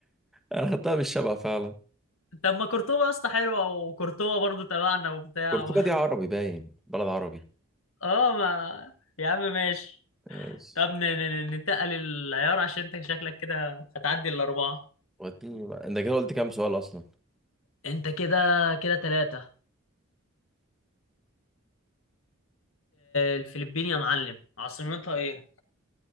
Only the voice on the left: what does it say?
طب ما قرطبة يا اسطى حلوة وقرطبة برضو تبعنا وبتاع
<laughs>
اه ما يا عم ماشي
طب ن- ن- ن- ننتقل العيار عشان انت شكلك كده هتعدي الاربعه
انت كده كده ثلاثه الفلبين يا معلم عاصمتها ايه